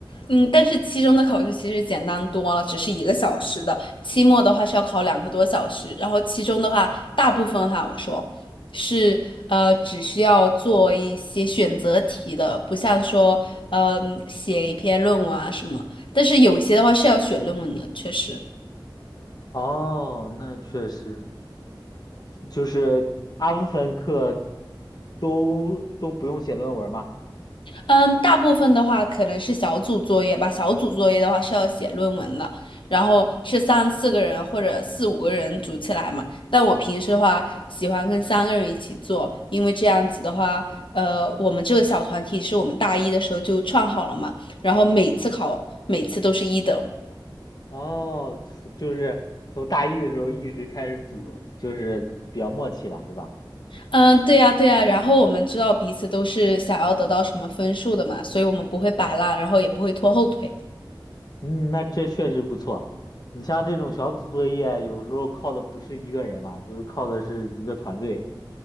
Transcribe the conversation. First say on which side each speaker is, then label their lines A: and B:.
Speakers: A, on the left; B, on the left.
A: 嗯，但是期中的考试其实简单多了，只是一个小时的。期末的话是要考两个多小时，然后期中的话，大部分哈，我说是呃，只需要做一些选择题的，不像说，嗯、写一篇论文啊什么。但是有些的话是要写论文的，确实。
B: 哦，那确实，就是大部分课都都不用写论文嘛。
A: 嗯，大部分的话可能是小组作业吧。小组作业的话是要写论文的，然后是三四个人或者四五个人组起来嘛。但我平时的话喜欢跟三个人一起做，因为这样子的话，呃，我们这个小团体是我们大一的时候就创好了嘛，然后每次考每次都是一等。
B: 哦，就是从大一的时候一直开始组，就是比较默契了，是吧？
A: 嗯，对呀，对呀。然后我们知道彼此都是想要得到什么分数的嘛，所以我们不会摆烂，然后也不会拖后腿。
B: 嗯，那这确实不错。你像这种小组作业，有时候靠的不是一个人嘛，就是靠的是一个团队，